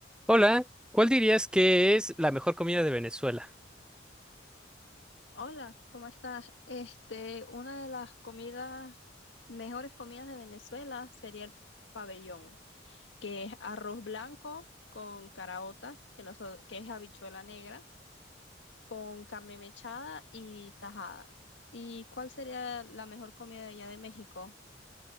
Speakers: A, in the centre; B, on the left (about 70°).
A: Hola, ¿cuál dirías que es la mejor comida de Venezuela?
B: Hola, ¿cómo estás? Este, una de las comidas, mejores comidas de Venezuela sería el pabellón, que es arroz blanco con caraota, que, noso- que es habichuela negra, con carne mechada y tajada. ¿Y cuál sería la mejor comida de allá de México?